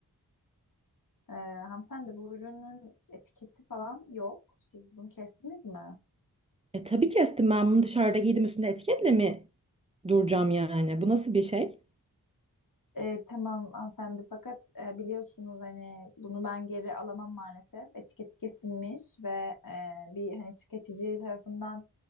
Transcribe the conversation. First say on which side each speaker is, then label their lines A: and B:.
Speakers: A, on the left (about 60°); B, on the right (about 15°).
A: Ee, hanımefendi bu ürünün etiketi falan yok. Siz bunu kestiniz mi?
B: E, tabii kestim ben bunu dışarıda giydim üstünde etiketle mi duracağım yani? Bu nasıl bir şey?
A: Ee, tamam hanımefendi fakat e, biliyorsunuz hani bunu ben geri alamam maalesef. Etiketi kesilmiş ve e, bir hani tüketici tarafından